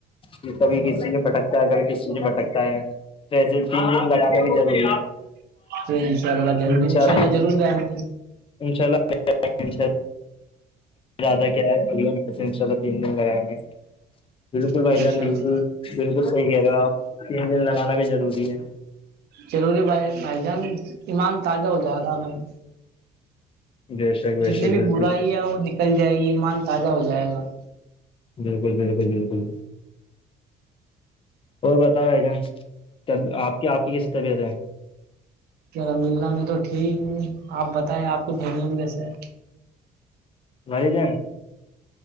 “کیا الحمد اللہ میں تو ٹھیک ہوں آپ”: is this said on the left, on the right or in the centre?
Right